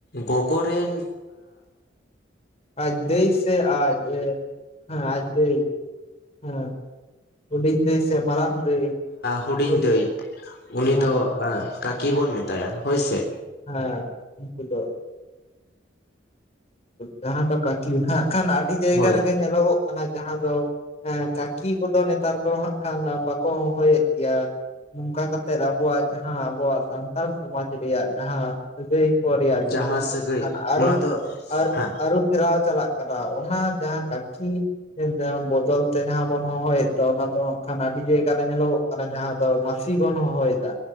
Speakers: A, on the left (about 60°); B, on the left (about 35°).
A: ᱜᱚᱜᱚ ᱨᱮᱱ ᱮᱸ
B: ᱟᱡ ᱫᱟᱹᱭ ᱥᱮ ᱟᱡ ᱦᱮᱸ ᱟᱡ ᱫᱟᱹᱭ ᱦᱮᱸ, ᱦᱩᱰᱤᱧ ᱫᱟᱹᱭ ᱥᱮ ᱢᱟᱨᱟᱝ ᱫᱟᱹᱭ?
A: ᱦᱩᱰᱤᱧ
B: ᱦᱳᱭ
A: ᱫᱟᱹᱭ᱾
B: ᱥᱮ
A: ᱩᱱᱤ
B: ᱦᱮᱸ
A: ᱫᱚ ᱠᱟᱠᱤ ᱵᱚᱱ ᱢᱮᱛᱟᱭᱟ ᱦᱚᱳᱭᱥᱮ᱾
B: ᱦᱮᱸ, ᱩᱱᱠᱩ ᱫᱚ ᱡᱟᱦᱟᱸ ᱫᱚ ᱠᱟᱹᱠᱤ ᱦᱟᱸᱜ ᱠᱷᱟᱱ ᱟᱹᱰᱤ ᱡᱟᱭᱜᱟ
A: ᱦᱳᱭ
B: ᱨᱮᱜᱮ ᱧᱮᱞᱚᱜᱼᱼ ᱠᱟᱱᱟ ᱡᱟᱦᱟᱸ ᱫᱚ ᱮᱸ ᱠᱟᱠᱤ ᱠᱚᱫᱚ ᱱᱮᱛᱟᱨ ᱫᱚ ᱦᱟᱸᱜ ᱠᱷᱟᱱ ᱵᱟᱠᱚ ᱦᱚᱦᱚᱭᱮᱜ ᱜᱮᱭᱟ᱾ ᱱᱚᱝᱠᱟ ᱠᱟᱛᱮᱫ ᱟᱵᱚᱣᱟᱜ ᱡᱟᱦᱟᱸ ᱟᱵᱚᱣᱟᱜ ᱥᱟᱱᱛᱟᱲ ᱥᱚᱢᱟᱡ ᱨᱮᱭᱟᱜ ᱡᱟᱦᱟᱸ ᱥᱟᱹᱜᱟᱹᱭ ᱠᱚᱨᱮᱭᱟᱜ ᱧᱩᱛᱩᱢ
A: ᱡᱟᱦᱟᱸ
B: ᱫᱚ
A: ᱥᱟᱹᱜᱟᱹᱭ
B: ᱠᱷᱟᱱ ᱟᱨᱩ-
A: ᱚᱱᱟ ᱫᱚ
B: ᱟᱨ
A: ᱦᱮᱸ
B: ᱟᱹᱨᱩᱯᱷᱮᱨᱟᱣ ᱪᱟᱞᱟᱜ ᱠᱟᱱᱟ᱾ ᱚᱱᱟ ᱡᱟᱦᱟᱸ ᱠᱟᱹᱠᱤ <inaudible> ᱵᱚᱫᱚᱞ ᱛᱮ ᱡᱟᱦᱟᱸ ᱵᱚᱱ ᱦᱚᱦᱚᱭᱮᱫ ᱫᱚ ᱚᱱᱟ ᱫᱚ ᱦᱟᱜ ᱠᱷᱟᱱ ᱟᱹᱰᱤ ᱡᱟᱭᱜᱟ ᱨᱮ ᱧᱮᱞᱚᱜ ᱚᱱᱮ ᱡᱟᱦᱟᱸ ᱫᱚ ᱢᱟᱥᱤ ᱵᱚᱱ ᱦᱚᱦᱚᱭᱮᱫᱟ᱾